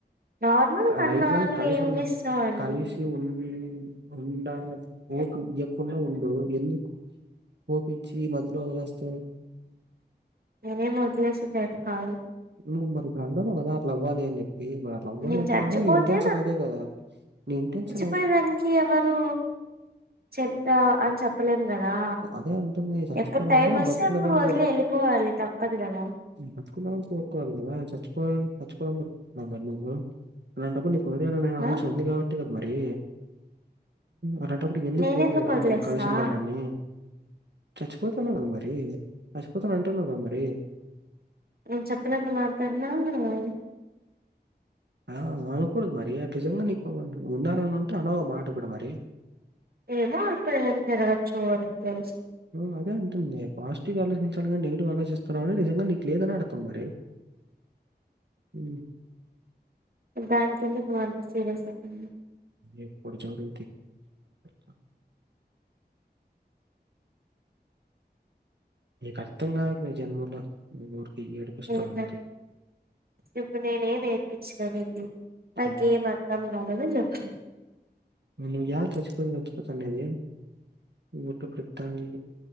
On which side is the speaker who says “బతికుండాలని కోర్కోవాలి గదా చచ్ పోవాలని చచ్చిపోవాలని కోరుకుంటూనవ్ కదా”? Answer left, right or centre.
Right